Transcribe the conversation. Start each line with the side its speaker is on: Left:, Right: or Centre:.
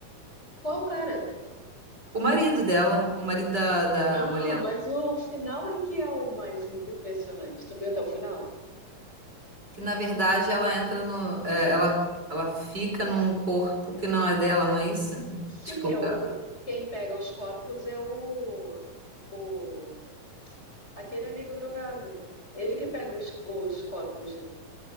Left: Qual cara?
Right: O marido dela, o marido da, da
Left: Não,
Right: mulher,
Left: mas o final é que é o mais impressionante. Tu viu até o final?
Right: que na verdade ela entra no. é, ela, ela fica num corpo que não é dela, não é isso?
Left: Sim,
Right: Tipo,
Left: é o
Right: que ela-
Left: quem pega os corpos é o, o aquele amigo drogado. Ele que pega os, os corpos de-